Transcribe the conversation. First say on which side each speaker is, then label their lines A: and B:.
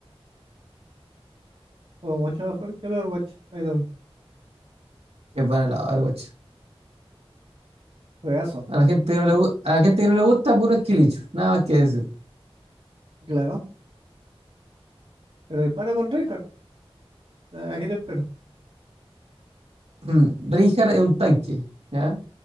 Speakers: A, on the right (about 65°); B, on the right (about 85°).
A: Juego mucho mejor que el Overwatch, by the way.
B: Qué bueno el Overwatch.
A: Juegazo,
B: A la gente que no le, gu- a la gente que no le gusta, puro esquilicho. Nada más que decir.
A: claro. Pero dispara con Reinhardt, a- aquí te espero.
B: Mm, Reinhardt es un tanque, ¿ya?